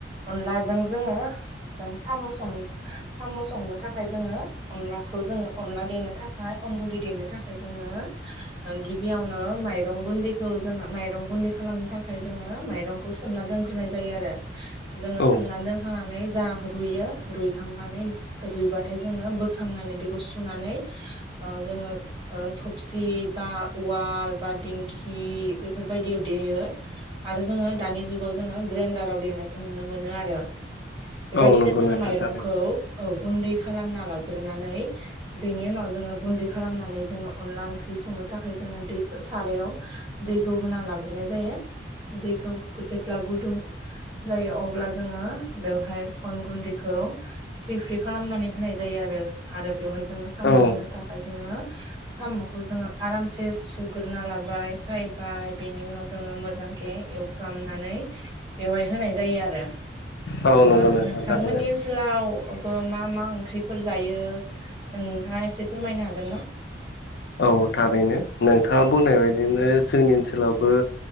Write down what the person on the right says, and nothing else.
अनलाजों जोङो जों साम' सं साम' संनो थाखाय जोङो अनलाखौ जोङो अनला देनो थाखाय अन गुन्दै देनो थाखाय जोङो ओ गिबियावनो माइरं गुन्दैखौ जोङो माइरं गुन्दै खालामनो थाखाय जोङो माइरंखौ सोमना दोनग्रोनाय जायो आरो जोङो
सोमनानै दोनखांनानै जा रुयो रुइखांनानै रुइबाथाय जोङो बोखांनानै बेखौ सुनानै ओ जोङो ओ थफसि बा उवाल बा दिंखि बेफोरबायदियाव देयो। आरो जोङो दानि जुगाव जोङो ग्रेन्डाराव देनायखौ नुनो मोनो आरो। बेबायदिनो
जोङो
माइरंखौ
औ गुन्दै खालामना लाग्रोनानै बेनि उनाव जोङो गुन्दै खालामनानै जोङो अनला ओंख्रि संनो थाखाय जोङो दैखो सारायाव दैखौ होना लाग्रोनाय जायो दैखौ गोसेब्ला गुदुं जायो अब्ला जोङो बेवहाय अन गुन्दैखौ फ्रि फ्रि खालामनानै होनाय जायो आरो आरो बेवहाय जोङो साम'
होनो थाखाय जोङो साम'खौ जोङो आरामसे सुग्रोना लाबाय सायबाय बेनि उनाव जोङो मोजांके एवफ्रामनानै बेवहाय होनाय जायो आरो
ओ
नोंथांमोननि
ओन सोलावबो मा मा ओंख्रिफोर जायो? नोंथाङा एसे फोरमायनो हागोन ना?